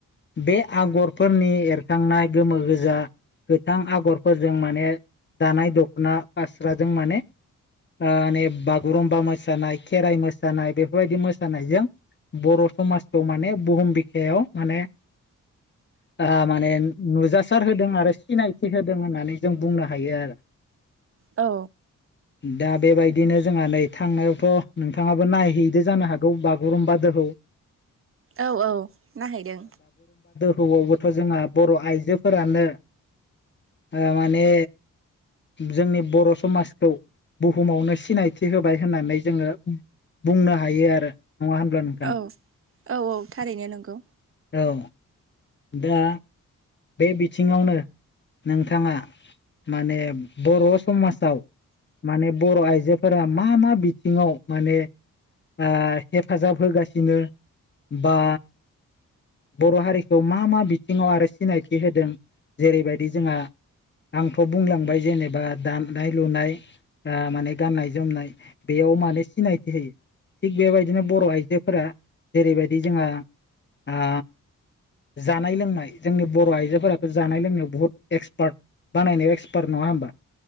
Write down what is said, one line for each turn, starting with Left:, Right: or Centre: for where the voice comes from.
Left: बे आगरफोरनि एरखांनाय गोमो गोजा गोथां आगरफोरजों माने दानाय दख'ना फास्राजों माने ओ नै बागुरुमबा मोसानाय खेराइ मोसानाय बेफोरबायदि मोसानायजों बर' समाजखौ माने बुहुम बिखायाव माने ओ माने नुजासार होदों आरो सिनायथि होदों होननानै जों बुंनो हायो आरो
Right: औ
Left: दा बेबायदिनो जोंहा नै थांनायावथ' नोंथाङाबो नायहैदो जानो हागौ बागुरुम्बा दोहौ।
Right: औ औ नायहैदों।
Left: दोहौ आवबो थ' जोंहा बर' आइजोफोरानो ओ माने जोंनि बर' समाज खौ बुहुमावनो सिनायथि होबाय होननानै जोङो बुंनो हायो आरो नङा होनब्ला नोंथां
Right: औ औ औ थारैनो नंगौ
Left: औ। दा बे बिथिङावनो। नोंथाङा माने बर' समाजाव माने बर' आइजोफोरा मा मा बिथिङाव माने ओ हेफाजाब होगासिनो बा बर' हारिखौ मा मा बिथिङाव आरो सिनायथि होदों जेरैबायदि जोंहा आंथ' बुंलांबाय जेनेबा दानाय लुनाय ओ माने गाननाय जोमनाय बेयाव मानो सिनायथि होयो थिग बेबायदिनो बर' आइजोफोरा जेरैबायदि जोंहा आ जानाय लोंनाय। जोंनि बर' आइजोफोराथ' जानाय लोंनायाव बुहुत एक्सपार्ट बानायनायाव एक्सपार्ट नङा होमबा।